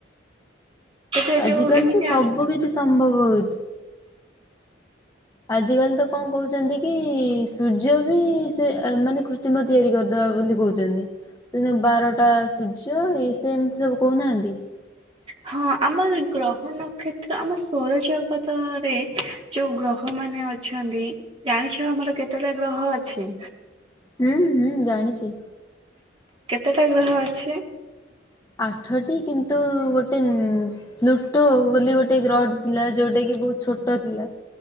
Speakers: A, on the right; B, on the left.
A: ଏବେ
B: ଆଜିକାଲି
A: ଯୋଉ ଏମିତି
B: ତ ସବୁ କିଛି ସମ୍ଭବ ହଉଛି। ଆଜିିକାଲି ତ କଣ କହୁଛି। ଛନ୍ତି କି ସୂର୍ଯ୍ୟ ବି ସେ ମାନେ କୃତ୍ରିମ ତିଆରି କରିଦବା ବୋଲି କହୁଛନ୍ତି। ଦିନ ବାରଟା ସୂର୍ଯ ଏ ସେ ଏମିତି ସବୁ କହୁନାହାନ୍ତି।
A: ହଁ ଆମର ଗ୍ରହ ନକ୍ଷତ୍ର ଆମ ସୌର ଜଗତରେ ଯୋଉ ଗ୍ରହ ମାନେ ଅଛନ୍ତି ଜାଣିଛ ଆମର କେତେଟା ଗ୍ରହ ଅଛି?
B: ହୁଁ ହୁଁ ଜାଣିଛି।
A: କେତେଟା ଗ୍ରହ ଅଛି?
B: ଆଠଟି କିନ୍ତୁ ଗୋଟେ ପ୍ଲୁଟୋ ବୋଲି ଗୋଟେ ଗ୍ରହଟେ ଥିଲା ଯୋଉଟା କି ବହୁତ ଛୋଟ ଥିଲା